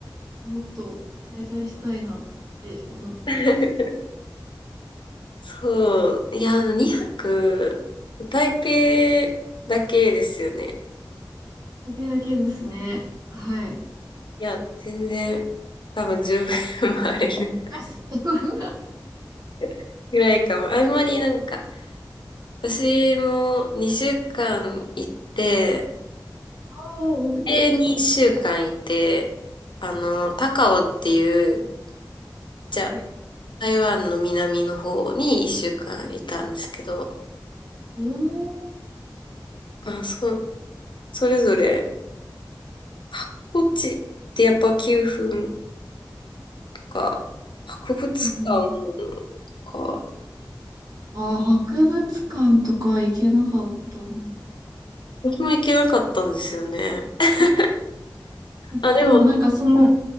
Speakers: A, on the right; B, on the left.
A: もっと滞在したいなって思ったんですけど、
B: <laughs>、そう。いや、2泊、台北だけですよね。
A: それだけですね。はい。
B: いや、全然、多分十分 <laughs> 回れる
A: あ、そうなんだ。
B: <laughs> ぐらいかも。あんまりなんか、私も2週間行って、
A: おー、
B: で、2週間いて、あの、高雄っていう、じゃあ、
A: はい。
B: 台湾の南の方に一週間いたんですけど、
A: うーん。
B: まあ、そ、それぞれ、箱地ってやっぱ9分とか、博物館とか、
A: うんうんあー、博物館とか行けなかったな。
B: 私も行けなかったんですよね。<laughs> あ、でも、
A: でもなんかその、